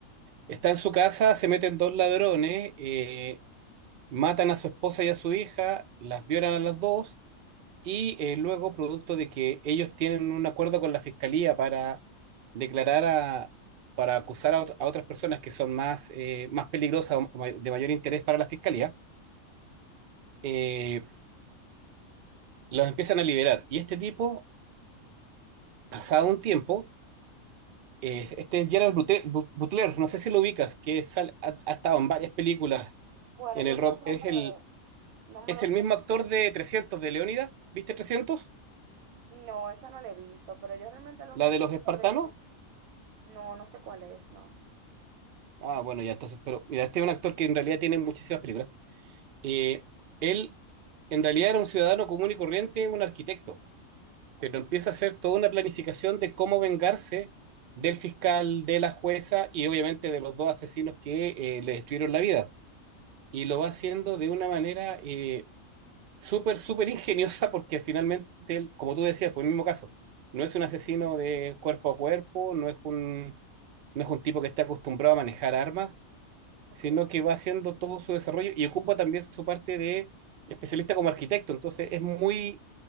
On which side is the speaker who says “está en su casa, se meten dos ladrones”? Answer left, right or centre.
Right